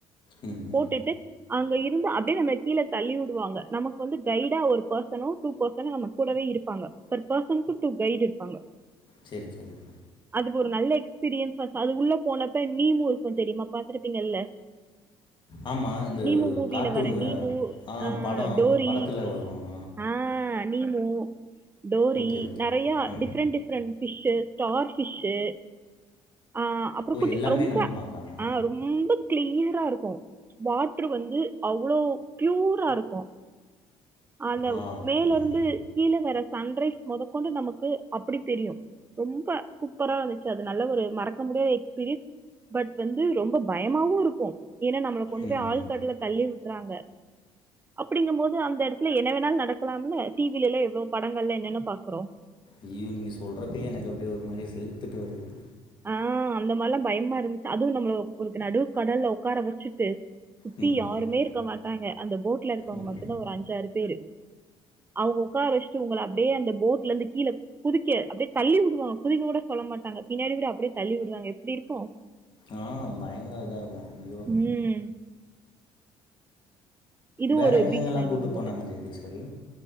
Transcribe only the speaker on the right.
போட்டுட்டு அங்க இருந்து அப்டியே நம்மள கீழ தள்ளி வுடுவாங்க நமக்கு வந்து கைடா ஒரு பெர்சனோ டூ பெர்சனோ நம்மக் கூடவே இருப்பாங்க பெர் பெர்சனுக்கு டூ கைடு இருப்பாங்க
அது ஒரு நல்ல எக்ஸ்பீரியன்ஸா அது உள்ள போனப்ப நீமு இருக்கு தெரியுமா பாத்துருப்பீங்கல்ல
நீமு மூவில
வர நீமு
அ
டோரி
ஆ நீமு டோரி
நெறைய
Different different fish star fish ஆ அப்பறோ
குட்டி
ரொம்ப
ஆ ரொம் ரொம்ப கிளியரா இருக்கு வாட்ரு வந்து அவ்வளோ ப்யூரா இருக்கு அந்த
மேலருந்து
கீழ வர்ற சன்ரைஸ் மொதக்கொண்டு நமக்கு அப்டி தெரியு ரொம்ப சூ ப்பரா இருந்துச்சு அது நல்ல ஒரு மறக்க முடியாத எக்ஸ்பீரியன்ஸ் பட் வந்து ரொம்ப பயமாவு இருக்கு ஏனா நம்மள கொண்டு
போய் ஆழ்கடல்ல
தள்ளி விட்றாங்க அப்டிங்கம் போது அந்த எடத் துல என்ன வேணாலு நடக்கலாம்ல டி வி லைலா எவ்ளோ படங்கள்லா என்னென்ன பாக்குறோ
ஆ அந்த மார்லா பயமா இருந்துச்சு அதுவு நம்மள ஒரு நடு கடல்ல உக்கார வச்சுட்டு சுத்தி
யாருமே
இருக்க மாட்டாங்க அந்த போட்ல இருக்கவங்க
மட்டுந்தா ஒரு அஞ்சாறு பேரு அவங்க உக்கார வச்சட்டு உங்கள அப்டியே அந்த போட்லந்து கீழே குதிக்க அப்டியே தள்ளி விடுவா குதிக்க கூட சொல்ல மாட்டாங்க பின்னாடி கூட அப்டியே தள்ளி விடுவாங்க எப்டி இருக்கு
ம் இது
ஒரு
பீச்ல நடந்தது